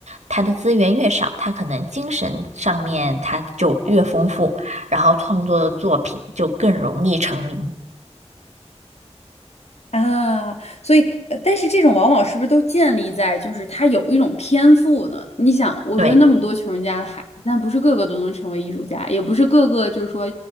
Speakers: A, on the right; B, on the left.
A: 他的资源越少，他可能精神上面他就越丰富，然后创作的作品就更容易成名。
B: 啊，所以，呃但是这种往往是不是都建立在就是他有一种天赋呢？你想，我觉得那么多穷人家的孩子，
A: 对，
B: 但不是个个都能成为艺术家，也不是个个就是说